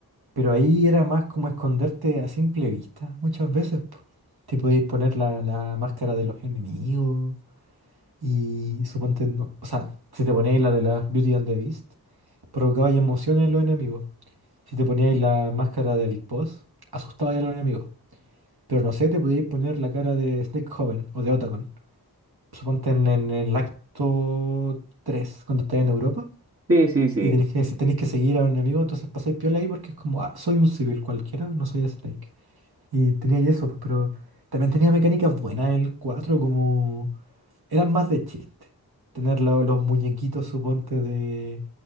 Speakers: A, on the right; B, on the right.
A: Pero ahí era más como esconderte a simple vista, muchas veces. po. Te podéis poner la, la máscara de los enemigos y suponte, no- o sea, si te poníais la de la Beauty and the Beast, provocabais emociones en los enemigos. Si te poníais la máscara de Big Boss, asustabais a los enemigos. Pero no sé, te podíais poner la cara de Snake Joven o de Otacon. Suponte en, en el acto 3 cuando estáis en Europa.
B: Sí, sí, sí.
A: Y tenéis que, tenéis que seguir a un enemigo, entonces pasáis piola ahí porque es como, ah, soy un civil cualquiera, no soy Snake. Y tenía y eso, pues, pero también tenía mecánicas buenas el 4 como eran más de chiste. Tener la- los muñequitos, suponte, de,